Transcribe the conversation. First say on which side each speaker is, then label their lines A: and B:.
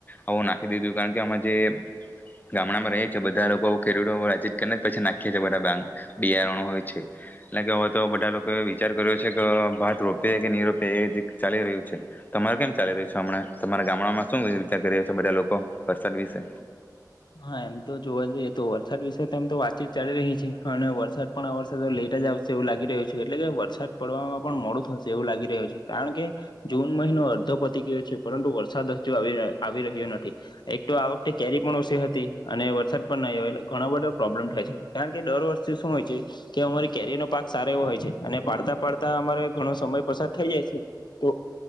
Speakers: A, on the left; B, on the left.
A: આવું નાખી દીધું કારણ કે આમાં જે ગામડામાં ર છે બધા લોકો ખેડૂતો વાચત કરીને પછી નાખીએ બધાંગ બિયારણો હોય છે એટલે કે તો બધા લોકોએ વિચાર કર્યો છે કે ભારત રોપે કે નહી રોપ એ જે ચાલી રહ્યું છે તમારું કેમ ચાલી રહ્યું છે હમણાં તમારા ગામડામાંમાં શું વિચાર કરી રહ્યો છે બધા લોકો વરસાદ વિશે
B: હા એમ તો જોવા જઈએ તો વરસાદ વિશે તો આમ તો વાતચીત ચાલી રહી છે અને વરસાદ પણ આ વર્ષે તો લેટ જ આવશે એવું લાગી રહ્યું છે એટલે કે વરસાદ પડવામાં પણ મોડું થશે એવું લાગી રહ્યું છે કારણ કે જૂન મહિનો અડધો પતી ગયો છે પરંતુ વરસાદ હજુ આવી આવી રહ્યો નથી એક તો આ વખતે કેરી પણ હશી હતી અને વરસાદ પણ નહી આવે એટલે ઘણા બધા પ્રોબ્લેમ થાય છે કારણ કે દર વર્ષથી શું હોય છે કે અમારી કેરી નો પાક સારો એવો હોય છે અને પાડતા પાડતા અમારે ઘણો સમય પસાર થઈ જાય છે તો